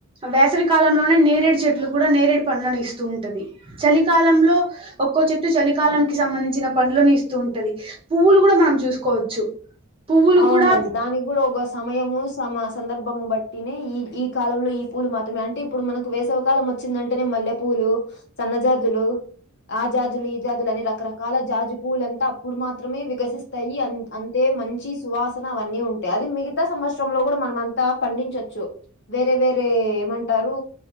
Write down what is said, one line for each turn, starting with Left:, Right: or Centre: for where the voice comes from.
Right: వేసవి కాలంలోనే నేరేడు చెట్లు కూడా నేరేడు పండ్లను ఇస్ ఉంటది చలికాలంలో ఒక్కో చెట్టు చలికాలం
Left: ఉమ్
Right: కి సంబంధించిన పంలోనే ఇస్తూ ఉంటది పువ్వులు కూడా మనం చూసుకోవచ్చు పువ్వులు
Left: అవునండి
Right: కూడా
Left: దానికి కూడా ఒక సమయము సమ సందర్భము బట్టినే ఈ ఈ కాలంలో ఈ పూలు మాత్రమే అంటే ఇప్పుడు మనకు వేసవి కాలం వచ్చిందంటేనే మల్లె పూలు సన్నజాజులు ఆ జాజులు ఈ జాజులు అని రకరకాల జాజు పూవ్లంతా అప్పుడు మాత్రమే వికసిస్తాయి అ అంతే మంచి సువాసన అవన్నీ ఉంటాయి అది మిగతా సంవత్సరం లో కూడా మనం అంతా పండించొచ్చు వేర వేరే వేరే ఏమంటారు